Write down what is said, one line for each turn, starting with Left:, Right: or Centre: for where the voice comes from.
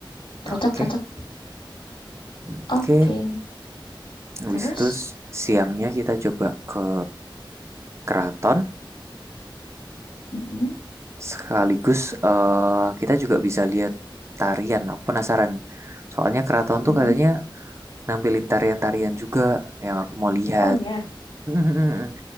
Left: Cocok
Right: oke
Left: cocok.
Right: oke
Left: Oke,
Right: habis
Left: terus?
Right: itu siangnya kita coba ke keraton
Left: Mhm
Right: sekaligus eh, kita juga bisa lihat tarian aku penasaran soalnya keraton
Left: mhm.
Right: tuh katanya nampilin tarian-tarian juga yang aku mau lihat
Left: Oh ya,
Right: Mm, mm, mm,